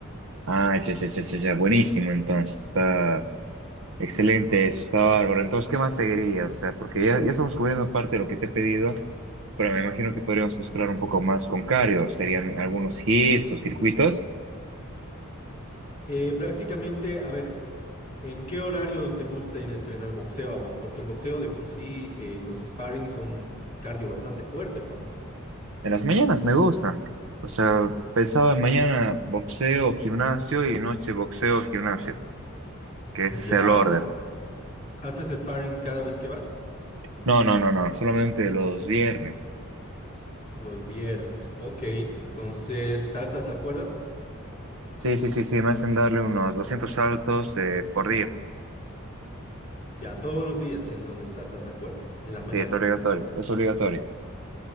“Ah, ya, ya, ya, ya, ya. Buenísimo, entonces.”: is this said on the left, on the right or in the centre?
Right